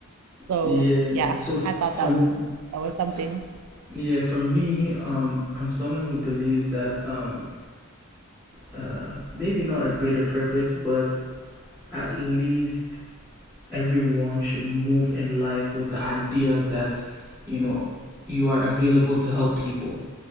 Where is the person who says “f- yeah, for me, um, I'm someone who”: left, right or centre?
Centre